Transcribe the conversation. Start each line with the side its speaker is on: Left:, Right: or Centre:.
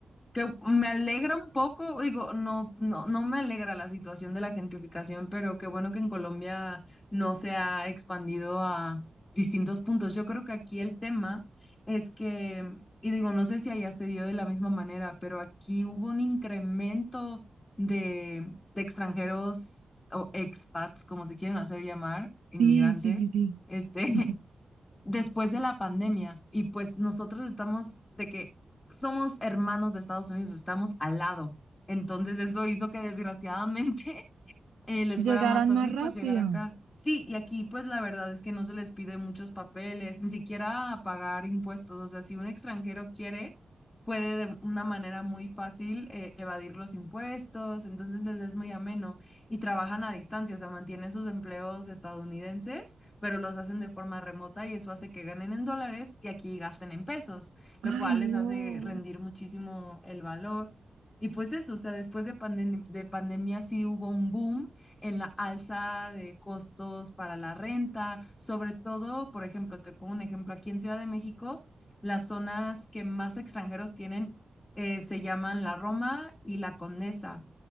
Left: que me alegra un poco, digo, no, no, no me alegra la situación de la gentrificación, pero qué bueno que en Colombia no se ha expandido a distintos puntos. Yo creo que aquí el tema es que, y digo, no sé si allá se dio de la misma manera, pero aquí hubo un incremento de, de extranjeros o expats, como se quieren hacer llamar, inmigrantes,
Right: Sí, sí, sí, sí.
Left: este,
Right: <laughs>
Left: <laughs> después de la pandemia y pues nosotros estamos de que somos hermanos de Estados Unidos, estamos al lado. Entonces eso hizo que desgraciadamente eh, les
Right: Llegarán
Left: fuera más fácil
Right: más rápido.
Left: pues llegar acá. Sí, y aquí pues la verdad es que no se les pide muchos papeles, ni siquiera pagar impuestos. O sea, si un extranjero quiere, puede de una manera muy fácil eh, evadir los impuestos, entonces les es muy ameno y trabajan a distancia, o sea, mantienen sus empleos estadounidenses, pero los hacen de forma remota y eso hace que ganen en dólares y aquí gasten en pesos, lo
Right: Ay,
Left: cual
Right: no.
Left: les hace rendir muchísimo el valor. Y pues eso, o sea, después de pandem- de pandemia sí hubo un boom en la alza de costos para la renta, sobre todo, por ejemplo, te pongo un ejemplo, aquí en Ciudad de México, las zonas que más extranjeros tienen eh, se llaman la Roma y la Condesa.